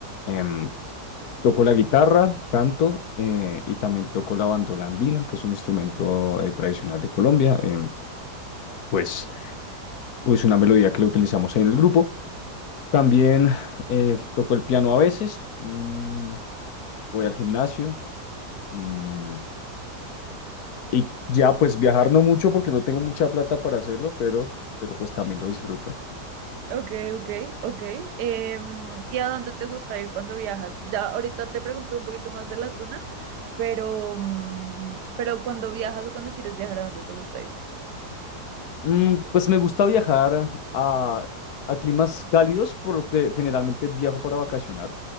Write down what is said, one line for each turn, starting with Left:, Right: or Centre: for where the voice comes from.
Left: Em, toco la guitarra, canto eh, y también toco la bandola andina, que es un instrumento eh, tradicional de Colombia, em, pues es una melodía que la utilizamos en el grupo. También eh, toco el piano a veces, mm, voy al gimnasio. mm, Y ya, pues viajar no mucho porque no tengo mucha plata para hacerlo, pero, pero pues también lo disfruto.
Right: Ok, ok, ok. Em, ¿y a dónde te gusta ir cuando viajas? Ya ahorita te pregunto un poquito más de la tuna, pero, mm, pero cuando viajas o cuando quieres viajar, ¿a dónde te gusta ir?
Left: Mm, pues me gusta viajar a, a climas cálidos, por lo que generalmente viajo para vacacionar.